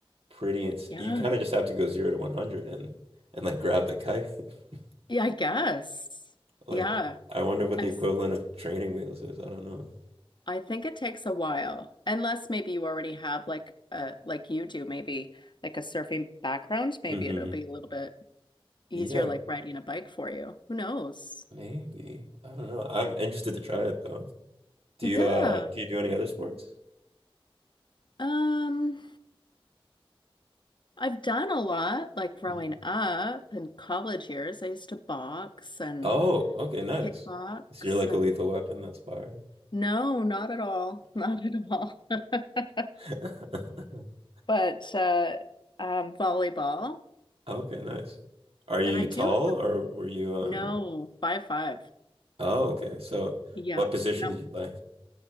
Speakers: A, on the right; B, on the left.
A: pretty ins
B: Yeah.
A: you kind of just have to go zero to 100 and and like grab the kite. <laughs>
B: Yeah, I guess.
A: Like
B: Yeah.
A: I wonder what
B: I've
A: the equivalent
B: s-
A: of training wheels is. I don't know.
B: I think it takes a while. Unless maybe you already have like a like you do maybe like a surfing background, maybe
A: hmm
B: it'll be a little bit easier
A: Yeah,
B: like riding a bike for you. Who knows?
A: maybe. I don't know. I'm interested to try it though. Do
B: Yeah.
A: you uh do you do any other sports?
B: Um, I've done a lot like growing
A: Mm.
B: up in college years. I used to box and
A: Oh, okay, nice.
B: kickbox
A: So you're like
B: and
A: a lethal weapon, that's fire.
B: No, not at all. <laughs> Not at all. <laughs>
A: <laughs>
B: But uh, um, volleyball,
A: Oh, Okay, nice. Are you
B: and I
A: tall
B: do have a,
A: or were you um
B: no five five.
A: oh okay. So
B: Yeah,
A: what position
B: no.
A: did you play?